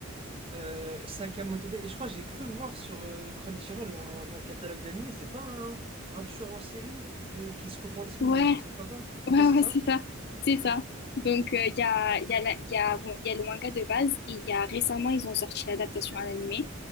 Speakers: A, on the right (about 25°); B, on the left (about 55°).
A: Euh, Sakamoto Days. Et je crois que j'ai cru voir sur euh, Crunchyroll un, un catalogue d'animés. C'est pas un, un tueur en série qui, de, qui se repentit
B: Ouais,
A: ou, ou je sais pas quoi?
B: ouais,
A: Ouais, c'est
B: ouais,
A: ça?
B: c'est ça. C'est ça. Donc, euh, il y a, il y a, la- il y a, bon, il y a le manga de base et il y a récemment, ils ont sorti l'adaptation à l'animé.